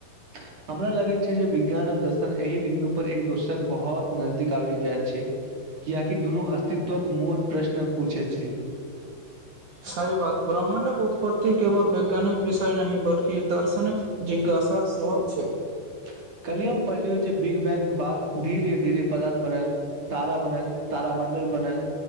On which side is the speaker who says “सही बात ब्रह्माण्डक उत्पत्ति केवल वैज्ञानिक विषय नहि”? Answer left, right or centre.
Right